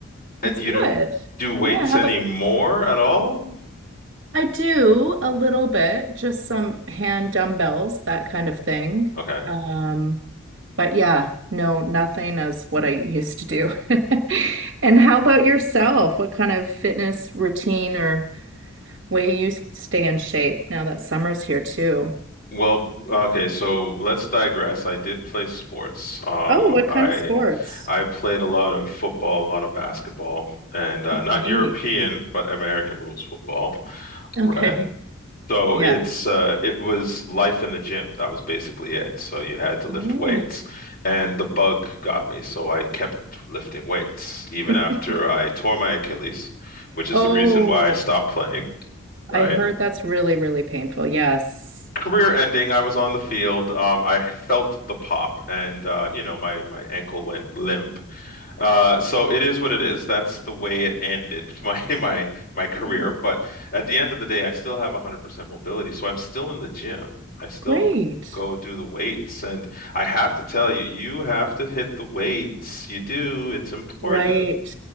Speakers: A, on the left; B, on the right.
A: And
B: it's
A: you
B: good.
A: do do weights
B: Yeah, how
A: anymore
B: about
A: at all?
B: I do a little bit, just some hand dumbbells, that kind of thing.
A: Okay.
B: Um, but yeah, no, nothing as what I used to do. <laughs> And how about yourself? What kind of fitness routine or way you s- stay in shape now that summer's here too?
A: Well, okay, so let's digress. I did play sports. Um,
B: Oh, what
A: I
B: kind of sports?
A: I played a lot of football, a lot of basketball, and uh, not
B: Great.
A: European, but American rules football.
B: Okay.
A: Right. So
B: Yeah.
A: it's uh, it was life in the gym. That was basically it. So you had to lift
B: Oh.
A: weights, and the bug got me. So I kept lifting weights even
B: <laughs>
A: after I tore my Achilles, which is
B: Oh,
A: the reason why I stopped playing, right?
B: I heard that's really, really painful. Yes.
A: Career ending. I was on the field. Um, I felt the pop, and uh, you know my my ankle went limp, uh, so it is what it is. That's the way it ended <laughs> my my my career.
B: I'm-
A: But at the end of the day, I still have 100% mobility, so I'm still in the gym. I still
B: Great.
A: go do the weights, and I have to tell you, you have to hit the weights. You do. It's important.
B: Right.